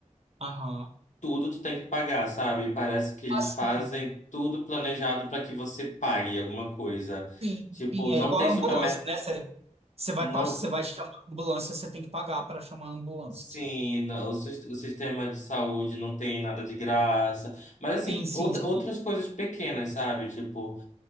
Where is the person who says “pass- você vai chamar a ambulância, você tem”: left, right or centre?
Right